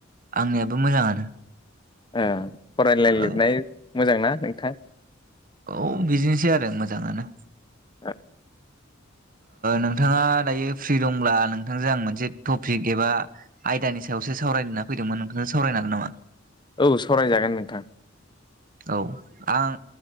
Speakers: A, on the right; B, on the left.
A: आंनियाबो मोजाङानो
B: ओ फरायलाय लिरनाय
A: ओ
B: मोजां ना नोंथां?
A: औ बिजनेसै आरो मोजाङानो
B: ह
A: नोंथाङा दायो फ्रि दंब्ला नोंथांजों आं मोनसे टपिक एबा आयदानि सायावसो सावरायलना फैदोंमोन नोंथांनो सावरायनांगोन नामा?
B: औ सरायजागोन नोंथां
A: औ आं